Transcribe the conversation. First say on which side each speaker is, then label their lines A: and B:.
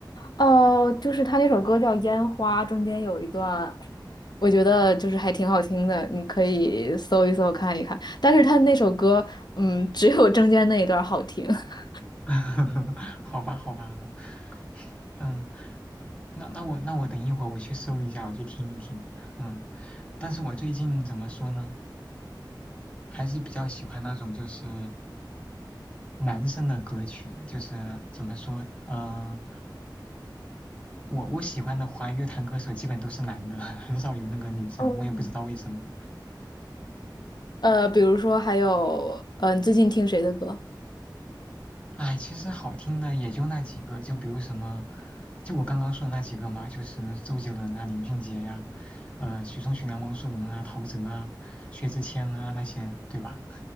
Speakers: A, on the left (about 60°); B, on the left (about 15°).
A: 哦，就是她那首歌叫《烟花》，中间有一段。我觉得就是还挺好听的，你可以搜一搜看一看。但是他那首歌，嗯，<laughs> 只有中间那一段儿好听。<laughs>
B: <laughs> 好吧，好吧，嗯，那那我那我等一会儿我去搜一下，我去听一听，嗯。但是我最近怎么说呢，还是比较喜欢那种就是。男生的歌曲，就是怎么说，呃，我我喜欢的华语乐坛歌手基本都是男的，<laughs> 很少有那个女生，
A: 嗯
B: 我也不知道为什么。
A: 呃，比如说还有，嗯、你最近听谁的歌？
B: 哎，其实好听的也就那几个，就比如什么，就我刚刚说的那几个嘛，就是周杰伦啊、林俊杰呀、啊呃，许嵩、徐良、汪苏泷啊、陶喆啊、薛之谦啊那些，对吧？